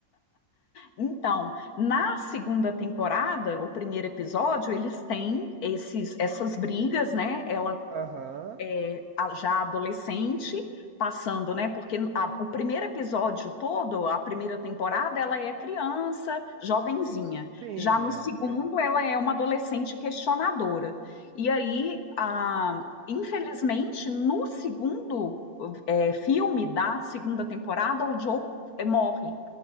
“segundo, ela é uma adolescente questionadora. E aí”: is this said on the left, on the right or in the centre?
Left